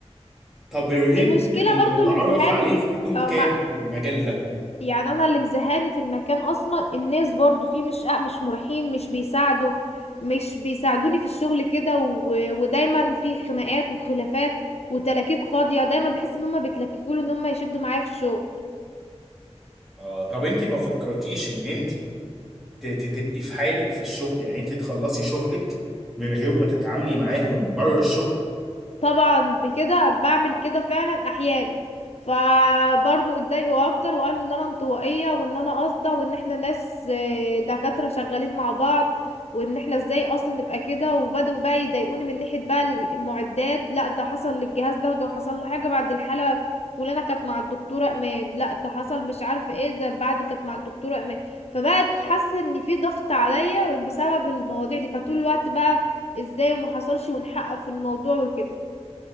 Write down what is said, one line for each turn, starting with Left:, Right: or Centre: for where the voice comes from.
Centre: طب الريت
Left: المشكلة
Centre: المتعارف
Left: برضو اللي مزهقاني
Centre: عليه
Left: في
Centre: في حدود
Left: اه
Centre: كام
Left: مع
Centre: في المجال ده
Left: يعني انا اللي مزهقاني في المكان اصلا الناس برضو فيه مش أ- مش مريحين مش بيساعدوا مش بيساعدوني في الشغل كده و... ودايما في خناقات وخلافات وتلاكيك فاضية دايما بحس ان هما بيتلككوا لي ان هما يشدوا معايا في الشغل
Centre: اه طب انت ما فكرتيش ان انت ت- ت- تبقي في حالك في الشغل يعني انت تخلصي شغلك من غير ما تتعاملي معاهم بره الشغل
Left: طبعا بكده بعمل كده فعلا احيان فبرضو اتضايقوا اكتر وقالوا ان انا انطوائيه وان انا قاصده وان احنا ناس آه، دكاتره شغالين مع بعض وان احنا ازاي اصلا نبقى كده وبدأوا بقى يضايقوني من ناحيه بقى المعدات لا ده حصل للجهاز ده وحصل له حاجه بعد الحاله فلانه كانت مع الدكتوره امان لا ده حصل مش عارفه ايه ده بعد كانت مع الدكتوره امان فبقت حاسه ان في ضغط عليا بسبب المواضيع دي فطول الوقت بقى ازاي وما حصلش ونحقق في الموضوع وكده